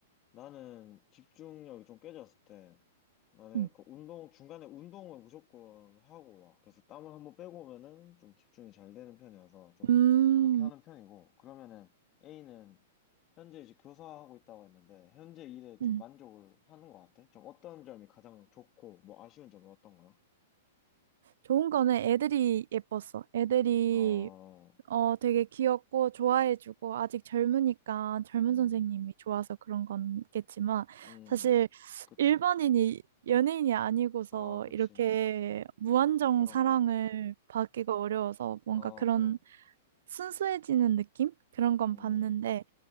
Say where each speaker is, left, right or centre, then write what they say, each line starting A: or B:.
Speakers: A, on the left; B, on the right.
A: 나는 집중력이 좀 깨졌을 때 나는
B: 응.
A: 그 운동 중간에 운동을 무조건 하고 와. 그래서 땀을 한번 빼고 오면은 좀 집중이 잘 되는 편이어서 좀
B: 음.
A: 그렇게 하는 편이고 그러면은 A는 현재 이제 교사하고 있다고 했는데 현재 일에 좀
B: 음.
A: 만족을 하는 것 같아. 좀 어떤 점이 가장 좋고 뭐 아쉬운 점은 어떤 거야?
B: 좋은 거는 애들이 예뻤어. 애들이
A: 어,
B: 어 되게 귀엽고 좋아해주고 아직 젊으니까 젊은
A: 음,
B: 선생님이 좋아서 그런 건겠지만
A: 음,
B: 사실
A: 그치,
B: 일반인이
A: 그치.
B: 연예인이 아니고서
A: 아, 그치.
B: 이렇게 무한정
A: 그럼,
B: 사랑을
A: 그럼.
B: 받기가 어려워서 뭔가
A: 어,
B: 그런
A: 그럼.
B: 순수해지는 느낌? 그런 건
A: 음,
B: 봤는데